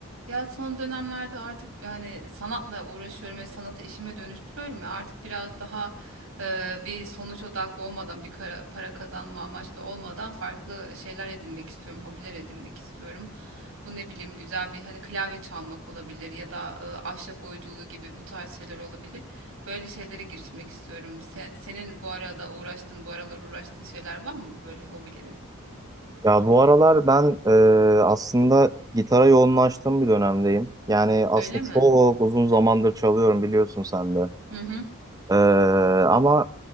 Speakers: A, on the right; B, on the right.
A: Ya son dönemlerde artık yani sanatla uğraşıyorum ve sanatı işime dönüştürüyorum ya artık biraz daha e, bir sonuç odaklı olmadan bir kara- para kazanma amaçlı olmadan farklı şeyler edinmek istiyorum, hobiler edinmek istiyorum. Bu ne bileyim güzel bir hani klavye çalmak olabilir ya da e, ahşap oyunculuğu gibi bu tarz şeyler olabilir. Böyle şeylere girişmek istiyorum. Se- senin bu arada uğraştığın, bu aralar uğraştığın şeyler var mı böyle hobilerin?
B: Ya bu aralar ben e, aslında gitara yoğunlaştığım bir dönemdeyim. Yani aslında
A: Öyle mi?
B: çok uzun zamandır çalıyorum biliyorsun sen de.
A: Hı hı.
B: E, ama